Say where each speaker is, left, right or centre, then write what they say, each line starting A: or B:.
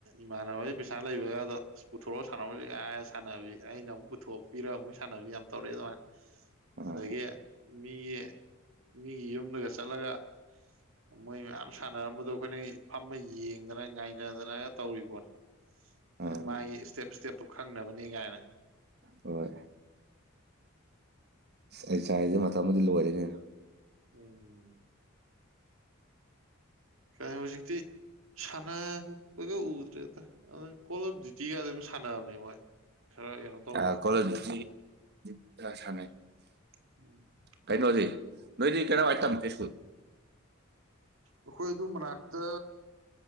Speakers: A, on the right; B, on the right.
A: ꯏꯃꯅꯕ ꯄꯩꯁꯥ ꯂꯩꯕꯒ ꯑꯗꯣ ꯄꯨꯊꯣꯔꯛꯒ ꯁꯥꯟꯅꯕ ꯑ ꯁꯥꯟꯅꯕꯤ ꯑꯩꯅ ꯑꯃꯨꯛ ꯄꯨꯊꯣꯛꯄꯤꯔꯒ ꯑꯃꯨꯛ ꯁꯥꯟꯅꯕꯤ ꯌꯥꯝ ꯇꯧꯔꯛꯑ ꯑꯗꯨꯃꯥꯏꯅ
B: ꯑꯥ
A: ꯑꯗꯒꯤ ꯃꯤꯒꯤ ꯃꯤꯒꯤ ꯌꯨꯝꯗꯒ ꯆꯠꯂꯒ ꯃꯣꯏ ꯃꯌꯥꯝ ꯁꯥꯟꯅꯔꯝꯕꯗꯣ ꯑꯩꯈꯣꯏꯅ ꯐꯝꯃ ꯌꯦꯡꯗꯅ ꯉꯥꯏꯅꯗꯅ ꯇꯧꯔꯤꯕꯣꯅꯦ ꯍꯥꯏꯗꯤ
B: ꯑꯥ
A: ꯃꯥꯒꯤ ꯏꯁꯇꯦꯞ ꯏꯁꯇꯦꯞꯇꯨ ꯈꯪꯅꯕꯅꯤ ꯀꯥꯏꯅ
B: ꯍꯣꯏ ꯑꯩ ꯆꯥꯏꯁꯦ ꯃꯇꯝꯊ ꯑꯃꯗꯤ ꯂꯣꯏꯔꯅꯦꯅ
A: ꯎꯝ ꯀ ꯍꯧꯖꯤꯛꯇꯤ ꯁꯥꯟꯅꯕꯒ ꯎꯗ꯭ꯔꯦ ꯑ ꯀꯣꯜ ꯑꯣꯞ ꯗ꯭ꯌꯨꯇꯤꯒ ꯑꯗꯨꯝ ꯁꯥꯟꯅꯕꯅꯦ ꯃꯣꯏ ꯈꯔ ꯀꯩꯅꯣ ꯇꯧꯕ
B: ꯑ ꯀꯣꯂꯦꯖꯗꯤ ꯈ ꯁꯥꯟꯅꯩ
A: ꯑꯩꯈꯣꯏ
B: ꯀꯩꯅꯣꯗꯤ ꯅꯣꯏꯗꯤ ꯀꯩꯅ ꯋꯥꯇꯝ ꯀꯦꯁꯀ
A: ꯑꯩꯈꯣꯏ ꯑꯗꯨ ꯃꯅꯥꯛꯇꯛꯇ